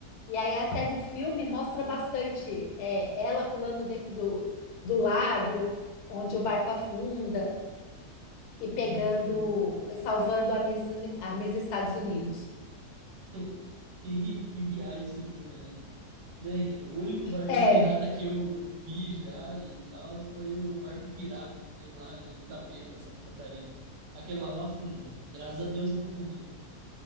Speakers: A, on the left; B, on the right.
A: E aí até no filme mostra bastante é, ela pulando dentro do, do lago, onde o barco afunda, e pegando,
B: Hum.
A: e salvando a Miss, Uni- a Miss Estados Unidos.
B: <laughs> Que que viagem esse filme, né? Bem, o único barco
A: É,
B: de pirata que eu vi já e tal foi o barco pirata que tem lá em Itapema, Santa Catarina. Aquele lá não afunda. Graças a Deus não afunda, né?